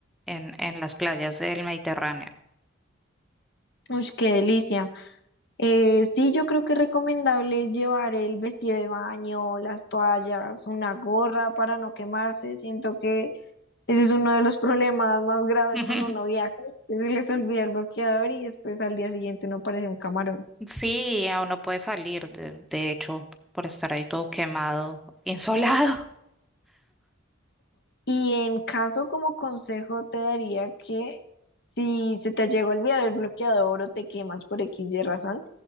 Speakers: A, in the centre; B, on the left (about 60°).
A: en, en las playas del Mediterráneo.
B: ush, qué delicia. Eh, sí, yo creo que es recomendable llevar el vestido de baño, las toallas, una gorra para no quemarse. Siento que ese es uno de los problemas más graves
A: <laughs>
B: cuando uno viaja, que se les olvida el bloqueador y después al día siguiente uno parece un camarón.
A: Sí, aún no puede salir, de, de hecho, por estar ahí todo quemado, insolado. <laughs>
B: Y en caso como consejo te daría que si se te llegó a olvidar el bloqueador o te quemas por X y razón,